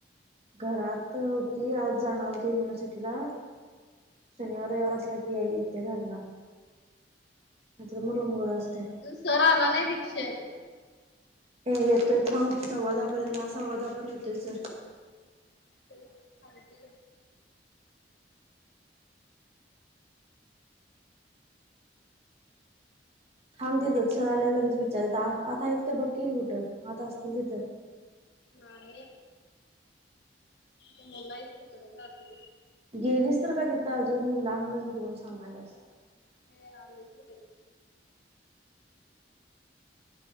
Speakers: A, on the right; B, on the left.
A: घरात होती आज जाणार होती युनिव्हर्सिटीला शनिवार एार असला की याई येत्या घरला न्र मुर मुर असे
B: स आला नाही दी्क्षेत
A: हे येतोय थांब सव्वादापर्यंतहा सव्वादाापर्यंत योय सर.
B: ते हती.
A: ांब देतात सर आल्या लगेच विचारत आता आहेत काय बघकीि कुठं आता असतील तिथं.
B: नाही आ मुलाच क तला ज तु.
A: गेलीस तर का तिथं अजून लांबूनच बघून सांगायलास.
B: ह आ लईज बा.